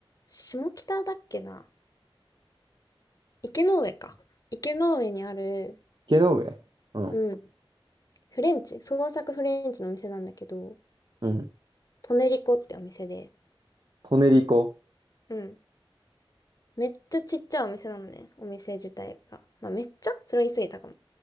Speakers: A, on the left (about 40°); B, on the right (about 55°).
A: 下北だっけな池の上か。池の上にある、
B: 池の上うん。
A: うん、フレンチ、創作フレンチのお店なんだけど、
B: うん。
A: トネリコってお店で、
B: トネリコ。
A: うん、めっちゃちっちゃいお店なのね、お店自体が。まあめっちゃそれは言い過ぎたかも。